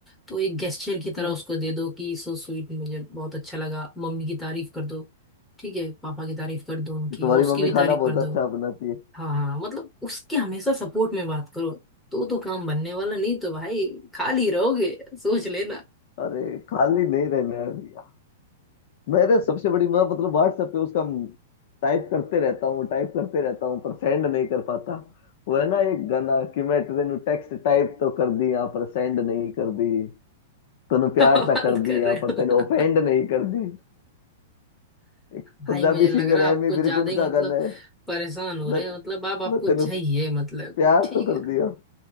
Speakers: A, in the centre; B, on the left.
A: तो एक गेस्चर की तरह
B: तुम्हें
A: उसको दे दो कि सो स्वीट मुझे बहुत अच्छा लगा मम्मी की तारीफ कर दो ठीक है पापा की तारीफ कर दो उनकी
B: कि तुम्हारी
A: और उसकी
B: मम्मी
A: भी तारीफ
B: खाना बहुत
A: कर दो
B: अच्छा बनाती है
A: हाँ हाँ हाँ, मतलब उसके हमेशा सपोर्ट में बात करो तो तो काम बनने वाला नहीं तो भाई खाली रहोगे सोच लेना
B: अरे खाली नहीं रहना है भैया मेरे सबसे बड़ी मैं मतलब व्हाट्सएप पे उसका टाइप करते रहता हूँ टाइप करते रहता हूँ पर सेंड नहीं कर पाता वो है ना एक गाना कि मैं तेनू टेक्स्ट टाइप तो कर दी यहाँ पर सेंड नहीं कर दी तूने
A: <laughs>
B: प्यार
A: बंद
B: ता कर दिया
A: कर रहे
B: पर
A: हो
B: तूने ऑफेंड नहीं कर दी एक
A: भाई
B: पंजाबी
A: मुझे लग
B: सिंगर
A: रहा
B: है
A: है आप
B: एमी
A: कुछ
B: विर्क
A: ज्यादा
B: उनका
A: ही मतलब
B: गाना है
A: परेशान हो
B: मैं
A: रहे हैं मतलब आप आपको
B: मैं तूने
A: चाहिए मतलब
B: प्यार
A: ठीक
B: तो कर
A: है
B: दिया